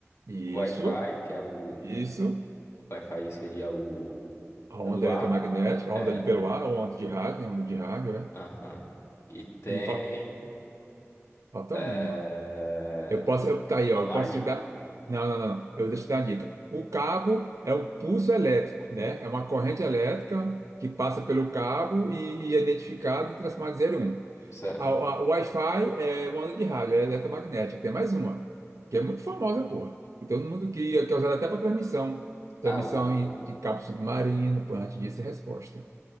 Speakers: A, on the right; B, on the left.
A: Isso,
B: O Wi-Fi, que é o. o
A: isso.
B: Wi-Fi seria o.
A: A
B: Pelo
A: onda eletromagnética,
B: ar. É.
A: a onda de pelo
B: pelo-
A: ar, a onda de rádio, né, a onda de rádio, é.
B: Aham. E tem.
A: E fa- falta
B: É...
A: um. Eu posso, eu, tá aí, ó,
B: Online?
A: eu posso te dar. Não, não, não, não. Eu deixo te dar a dica. O cabo é um pulso elétrico, né? É uma corrente elétrica que passa pelo cabo e, e é identificada e transformada em zero e um.
B: Isso-
A: A, a, o Wi-Fi é uma onda de rádio, é eletromagnética. Tem mais uma, que é muito famosa, porra. E todo mundo que, que é usada até para transmissão. Transmissão
B: Ah, o.
A: em- de cabo submarino, pô, antes disso, é a resposta.